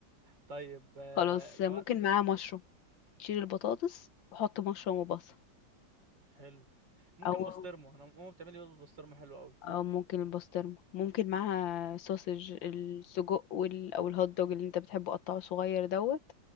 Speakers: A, on the right; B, on the left.
A: طيب آه،
B: خلاص
A: لو
B: ممكن
A: أنا-
B: معاه مشروم شيل البطاطس وحط مشروم وبصل
A: حلو ممكن
B: او
A: بسطرمه انا ماما بتعمل لي بيض بالبسطرمه حلو قوي
B: او ممكن البسطرمه ممكن معاها سوسج السجق وال... او الهوت دوج اللي انت بتحبه قطعه صغير دوت